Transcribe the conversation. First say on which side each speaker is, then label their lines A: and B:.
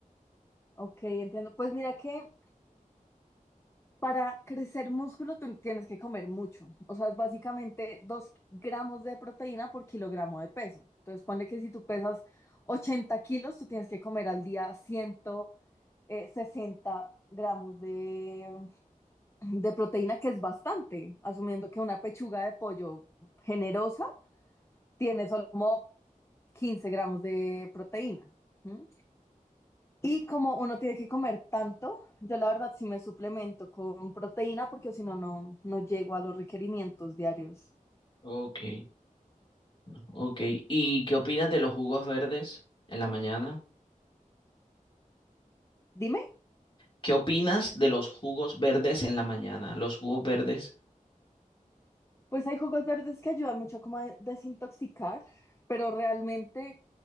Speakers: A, on the left; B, on the left.
A: Ok, entiendo. Pues mira que para crecer músculo tú tienes que comer mucho. O sea, es básicamente 2 gramos de proteína por kilogramo de peso. Entonces, ponle que si tú pesas 80 kilos, tú tienes que comer al día ciento eh, sesenta gramos de de proteína que es bastante, asumiendo que una pechuga de pollo generosa tiene solo como 15 gramos de proteína. ¿Mm? Y como uno tiene que comer tanto, yo la verdad sí me suplemento con proteína porque si no, no, no llego a los requerimientos diarios.
B: Ok, no, ok. ¿Y qué opinas de los jugos verdes en la mañana?
A: Dime.
B: ¿Qué opinas de los jugos verdes en la mañana? Los jugos verdes.
A: Pues hay jugos verdes que ayudan mucho como a desintoxicar, pero realmente